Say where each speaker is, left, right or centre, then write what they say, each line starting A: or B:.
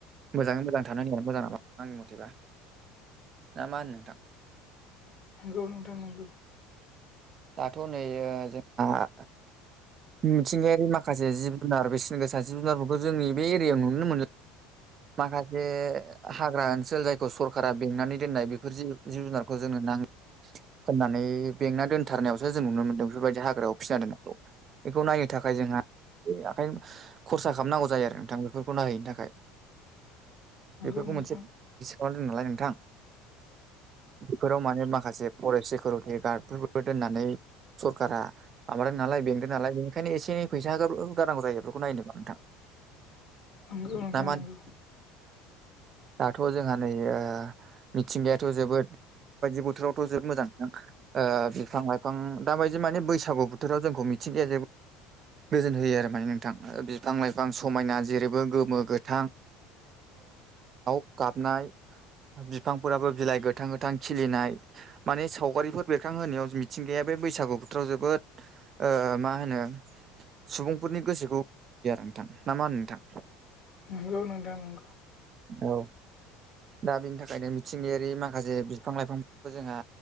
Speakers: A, on the right; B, on the left.
A: मोजाङै मोजां थानो होननाया मोजां नामा आंनि मथेबा। ना मा होनो नोंथां।
B: नोंगौ नोंथां नोंगौ।
A: दाथ' नैयो जोंहा। मिथिंगायारि माखासे जिब जुनार बेसिन गोसा जिब जुनारफोरखौ जोंनि बे एरियायाव नुनो मोनला। माखासे। हाग्रा ओनसोल जायखौ सरका बेंनानै दोननाय बेफोर जि जिब जुनारखौ जोंनो नां होननानै बेंना दोनथारनायावसो जों नुनो मोन्दों बेफोरबायदि हाग्रायाव फिसिना दोननायखौ। बेखौ नायनो थाखाय जोंहा आखायनो खरसा खालामनांगौ जायो आरो नोंथां बेफोरखौ नायहैनो थाखाय।
B: नंगौ
A: बेफोरखौ
B: नोंथां
A: मोनसे डिसकाउन्ट दं नालाय नोंथां। फोराव माने माखासे फरेस्ट सिकिउरिटि गार्ड। दोननानै सरखारा माबादों नालाय बे नालाय बेनिखायनो एसे फैसा गारांगौ जायो बेफोरखौ नायनोमा नोंथां।
B: नंगौ नोंथां
A: ना मा
B: नोंगौ।
A: होनो दाथ' जोंहा नै मिथिंगायाथ' जोबोद। बायदि बोथोरावथ' जोबोद मोजां नोंथां। बिफां लाइफां दााबायदि माने बैसागु बोथोराव जोंखौ मिथिंगाया जेबो गोजोन होयो आरो माने नोंथां बिफां लाइफां समायना जेरैबो गोमो गोथां। दाव गाबनाय बिफांफोराबो बिलाइ गोथां गोथां खिलिनाय। माने सावगारिफोर बेरखांहोनायाव मिथिंगाया बे बैसागु बोथोराव जोबोद ओ मा होनो सुबुंफोरनि गोसोखौयो आरो नोंथां ना मा होनो नोंथां।
B: नंगौ नोंथां नंगौ।
A: औ। दा बिनि थाखायनो मिथिंगायारि माखासे बिफां लाइफांफोरखौ जोंहा।